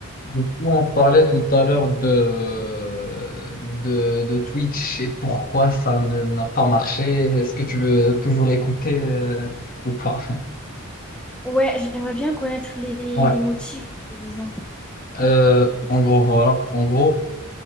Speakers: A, on the left; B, in the centre.
A: Du coup, on parlait tout à l'heure de, de, de Twitch et pourquoi ça ne- n'a pas marché. Est-ce que tu veux toujours écouter euh, ou pas? <laughs>
B: Ouais, j'aimerais bien connaître les,
A: Ouais.
B: les motifs des maisons.
A: Euh,
B: si
A: en
B: tu-
A: gros, voilà. En gros,